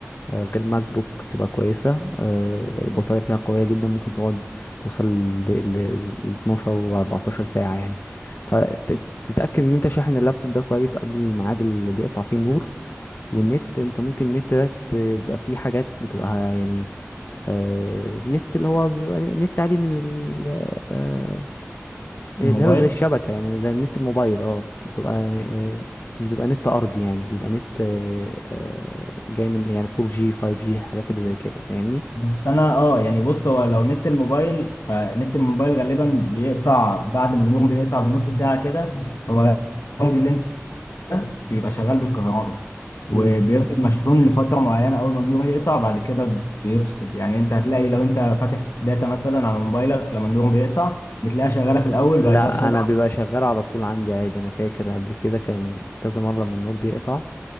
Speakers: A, on the left; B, on the left.
A: آه، غير ماك بوك بتبقى كويسة آه، البطارية فيها قوية جدا ممكن تقعد توصل ل ل- ل 12 و 14 ساعة يعني فتتأكد ان انت شاحن اللابتوب ده كويس قبل الميعاد اللي بيقطع فيه النور والنت انت ممكن النت ده ت- بيبقى فيه حاجات بتبقى يعني آه، النت اللي هو بيبقى نت عادي من ال آه، اللي
B: الموبايل
A: هو زي الشبكة يعني زي النت الموبايل اه بتبقى آه، مش بيبقى نت أرضي يعني بيبقى نت آه، آه، جاي من يعني 4G 5G حاجات اللي زي كده فاهمني
B: بس انا اه يعني بص هو لو نت الموبايل فنت الموبايل غالبا بيقطع بعد ما النوم بيقطع بنص ساعة كده هو البنج اللي بيبقى شغال بالكهرباء
A: مم.
B: وبيفضل مشحون لفترة معينة أول ما النور يقطع بعد كده بيفصل يعني أنت هتلاقي لو أنت فاتح داتا مثلا على موبايلك لما النور بيقطع بتلاقيها شغالة في الأول
A: لا
B: بعد كده بتضعف
A: أنا بيبقى شغال على طول عندي عادي أنا فاكر قبل كده كان كذا مرة لما النور بيقطع